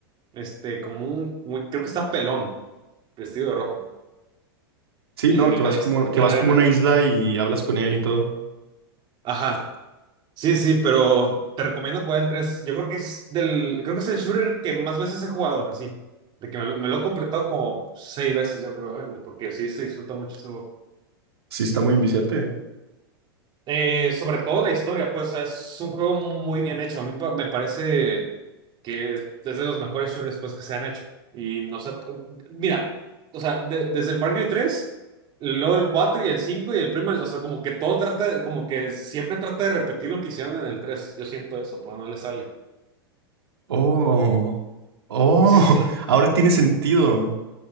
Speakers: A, on the right; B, on the right.
A: este, como un, un- creo que está pelón, vestido de rojo,
B: Sí,
A: en
B: no, que
A: la-
B: vas
A: está,
B: como,
A: está
B: que
A: en
B: vas
A: la arena.
B: como a una isla y hablas con él y todo.
A: Ajá, sí, sí, pero te recomiendo jugar el 3. Yo creo que es del, creo que es el shooter que más veces he jugado, así, de que me, lo me lo he completado como seis veces, yo creo, eh, porque sí se disfruta mucho ese juego.
B: Sí, está muy inviciante.
A: Eh, sobre todo la historia, pues es un juego muy bien hecho. A mí pa- me parece que es de los mejores shooters pues, que se han hecho. Y no sé, p- mira, o sea, de- desde el Far Cry tres luego el 4 y el 5 y el primo, o sea, como que todo trata, como que siempre trata de repetir lo que hicieron en el tres Yo siento eso, pues no le sale.
B: Oh, oh,
A: Sí, sí, sí.
B: <laughs> ahora tiene sentido.